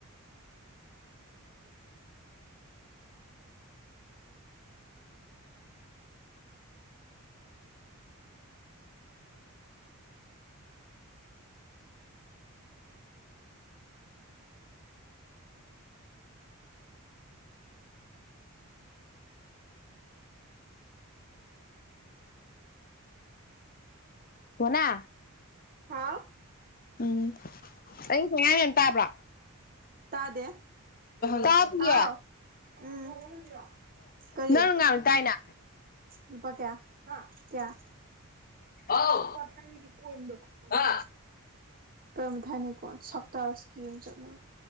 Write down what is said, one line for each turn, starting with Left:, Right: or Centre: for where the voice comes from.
Left: ꯀꯣꯅꯥ
Right: ꯍꯥꯥꯎ
Left: ꯎꯝ ꯑꯩ ꯊꯉꯥꯡ ꯇꯥꯕ꯭ꯔꯣ
Right: ꯇꯥꯗꯦ
Left: ꯇꯥꯗꯦꯌꯦ
Right: ꯍꯥꯎ ꯎꯝ ꯀꯔꯤ
Left: ꯅꯪꯅ ꯉꯥꯡꯕꯗꯤ ꯇꯥꯏꯅ
Right: ꯂꯨꯄꯥ ꯀꯌꯥ ꯍꯥ ꯀꯌꯥ
Left: ꯍꯥꯎ
Right: ꯂꯨꯄꯥ ꯈꯔꯒꯤ ꯀꯣꯏꯟꯗꯣ ꯑꯗꯨꯗꯣ
Left: ꯍꯥ
Right: ꯀꯔꯝꯕ ꯊꯥꯏꯅꯤ ꯀꯣꯏꯟ ꯁꯞꯇꯥꯁꯀꯤ ꯑꯗꯨꯝ ꯆꯠꯅ